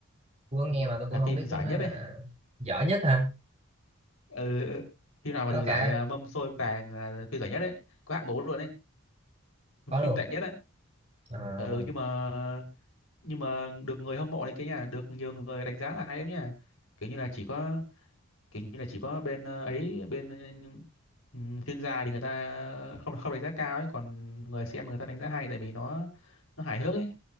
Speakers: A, on the right; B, on the left.
A: tôi có nghe mà tôi cũng
B: là
A: không
B: phim
A: biết
B: giải
A: nó
B: nhất
A: là
B: đấy
A: giỏi nhất hả?
B: ừ, ừ, ừ. phim nào
A: Có
B: mà được
A: cả
B: giải ờ, mâm xôi vàng là phim giải nhất đấy có hạng mũ luôn đấy
A: có luôn.
B: phim tệ nhất á
A: À,
B: ừ nhưng mà nhưng mà được người hâm mộ này kia nha được nhiều người đánh giá là hay lắm nha kiểu như là chỉ có kiểu như là chỉ có bên ờ, ấy bên ừ, chuyên gia thì người ta không không đánh giá cao ấy còn người xem người ta đánh giá hay tại vì nó nó hài hước ấy